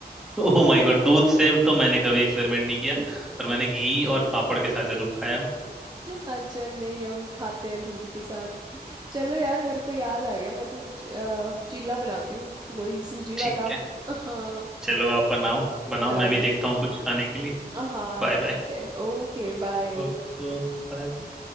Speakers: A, in the centre; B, on the right.
A: ओह माय गॉड दूध से तो मैंने कभी एक्सपेरिमेंट नहीं किया
B: <laughs>
A: पर मैंने घी और पापड़ के साथ जरूर खाया हूँ
B: अच्छा नहीं हम खाते हैं दूध के साथ चलो यार मेरे को याद आ गया मैं तो च- अ, चिल्ला बनाती हूँ वही सूजी वाला
A: ठीक है
B: <laughs> हाँ
A: चलो आप बनाओ बनाओ
B: चलो
A: मैं भी देखता हूँ कुछ खाने के लिए
B: हाँ
A: Bye
B: ठीक
A: bye
B: है ओके
A: Okay
B: बाय
A: Okay Bye